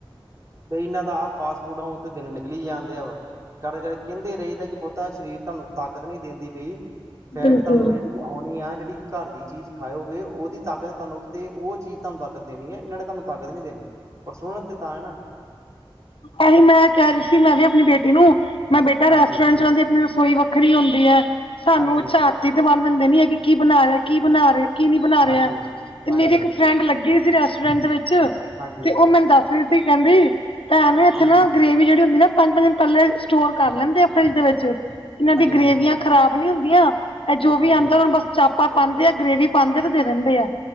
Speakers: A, on the right; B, on the left.
A: ਤੇ ਇਹਨਾਂ ਦਾ, ਆਹ ਫਾਸਟ ਫੂਡ ਆ ਦਿਨ ਨਿਕਲੀ ਜਾਂਦੇ ਆ ਵਾ, ਕਰਦੇ- ਕਰਦੇ ਕਹਿੰਦੇ ਰਹੀ ਦਾ ਕਿ ਪੁੱਤਾ ਆ ਸਰੀਰ ਤੁਹਾਨੂੰ ਤਾਕਤ ਨਹੀਂ ਦਿੰਦੀ ਪੀ। ਫੈਟ
B: ਬਿਲਕੁਲ
A: ਤੁਹਾਨੂੰ ਜਿਹੜੀ ਆਉਣੀ ਆ, ਜਿਹੜੀ ਘਰ ਦੀ ਚੀਜ਼ ਖਾਓਗੇ, ਉਹਦੀ ਤਾਕਤ ਤੁਹਾਨੂੰ ਤੇ, ਉਹ ਚੀਜ਼ ਤੁਹਾਨੂੰ ਤਾਕਤ ਦੇਣੀ ਹੈ। ਇਹਨਾਂ ਨੇ ਤੁਹਾਨੂੰ ਤਾਕਤ ਨੀ ਦੇਣੀ, ਪਰ ਸੁਣਨ ਤੇ ਤਾਂ ਹੈ ਨਾ।
B: ਆਹੀ ਮੈਂ ਕਹਿ ਰਹੀ ਸੀ, ਮੈਂ ਵੀ ਆਪਣੀ ਬੇਟੀ ਨੂੰ, ਮੈਂ ਬੇਟਾ
A: ਹਾਂਜੀ
B: ਰੈਸਟੋਰੈਂਟ ਚਲਾਂਦੀ ਆਪਣੀ ਰਸੋਈ ਵੱਖਰੀ ਹੁੰਦੀ ਹੈ, ਸਾਨੂੰ
A: ਹਾਂਜੀ
B: ਉਹ ਝਾਤੀ ਤੇ ਮਾਰਨ ਦਿੰਦੇ ਨੀ ਹੈਗੇ, ਕੀ ਬਣਾ ਰਿਹਾ, ਕੀ ਬਣਾ ਰਹੇ ਕੀ ਨੀ ਬਣਾ
A: ਹਾਂਜੀ
B: ਰਿਹਾ, ਤੇ
A: ਹਾਂਜੀ
B: ਮੇਰੀ ਇੱਕ
A: ਹਾਂਜੀ
B: ਫਰੈਂਡ ਲੱਗੀ ਸੀ ਰੈਸਟੋਰੈਂਟ ਦੇ ਵਿੱਚ
A: ਹਾਂਜੀ
B: ਤੇ ਉਹ ਮੈਨੂੰ ਦੱਸ ਰਹੀ ਸੀ, ਕਹਿੰਦੀ ਭੈਣ ਇੱਥੇ
A: ਹਾਂਜੀ
B: ਨਾ ਗਰੇਵੀ ਜਿਹੜੀ ਹੁੰਦੀ ਨਾ, ਪੰਜ -ਪੰਜ ਦਿ ਪਹਿਲੇਸਟੋਰ ਕਰ ਲੈਂਦੇ ਆ ਫਰਿੱਜ ਦੇ ਵਿੱਚ ਇਹਨਾਂ ਦੀ ਗਰੇਵੀਆਂ
A: ਹਾਂਜੀ
B: ਖਰਾਬ ਨੀ ਹੁੰਦੀਆਂ। ਇਹ ਜੋ ਵੀ
A: ਹਾਂਜੀ
B: ਆਉਂਦਾ, ਹੁਣ ਬਸ ਚਾਪਾਂ ਪਾਉਂਦੇ ਆ, ਗ੍ਰੇਵੀ ਪਾਉਂਦੇ ਤੇ ਦੇ ਦਿੰਦੇ ਆ।